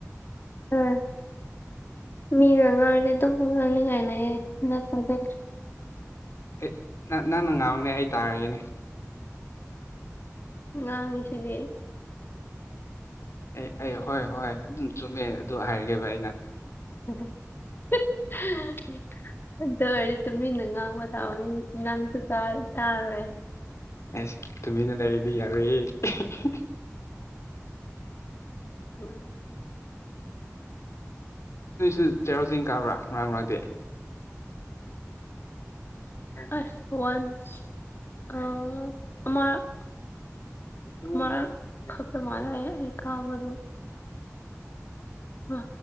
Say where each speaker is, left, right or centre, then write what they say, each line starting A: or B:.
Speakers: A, on the left (about 45°); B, on the left (about 60°).
A: ꯑꯥ ꯃꯤꯅ ꯉꯥꯡꯔꯗꯤ ꯑꯗꯨꯝ ꯉꯥꯡꯡꯅꯤꯉꯥꯏ ꯂꯩꯌꯦ ꯅꯠꯇ꯭ꯔꯗꯤ
B: ꯑꯦ ꯅ ꯅꯪꯅ ꯉꯥꯡꯉꯨꯅꯦ ꯑꯩ ꯇꯥꯔꯒꯦꯅꯦ
A: ꯉꯥꯡꯉꯤ ꯁꯤꯗꯤ
B: ꯑꯩ ꯑꯩ ꯍꯣꯏ ꯍꯣꯏ ꯑꯗꯨꯝ ꯆꯨꯝꯃꯦ ꯑꯗꯨ ꯍꯥꯏꯔꯒꯦꯕ ꯑꯩꯅ
A: <inaudible> ꯑꯗ ꯑꯣꯏꯔꯗꯤ ꯇꯨꯃꯤꯟꯅ ꯉꯥꯡꯕ ꯊꯥꯛꯑꯣꯅꯤ ꯅꯪꯁꯨ ꯇꯥꯔꯣꯏ
B: ꯑꯦꯁ ꯇꯨꯃꯤꯟꯅ ꯂꯩꯔꯤꯗꯤ ꯌꯥꯎꯔꫭꯏꯍꯦ
A: <unintelligible>
B: ꯅꯣꯏꯁꯨ ꯆꯩꯔꯥꯎ ꯆꯤꯡ ꯀꯥꯕ꯭ꯔꯥ ꯃꯔꯛ ꯃꯔꯛꯇꯤ
A: ꯑꯁ ꯋꯥꯟꯁ ꯑ ꯑꯃꯔꯛ ꯑꯃꯔꯛ ꯈꯛꯇ ꯃꯥꯜꯂꯦ ꯑꯩ ꯑꯩ ꯀꯥꯕꯗꯨ ꯑ